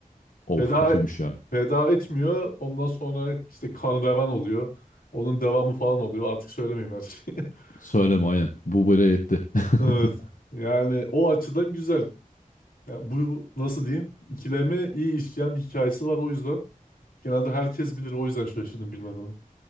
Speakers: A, on the left (about 65°); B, on the left (about 90°).
A: <laughs> Of
B: Feda
A: kötüymüş ya.
B: feda etmiyor. Ondan sonra işte kan revan oluyor. Onun devamı falan oluyor. Artık söylemeyeyim her şeyi. <laughs>
A: Söyleme aynen. Bu böyle yetti. <laughs>
B: Evet. Yani o açıdan güzel. Yani bu nasıl diyeyim? İkileme iyi işleyen bir hikayesi var o yüzden. Genelde herkes bilir o yüzden şaşırdım bilmemene.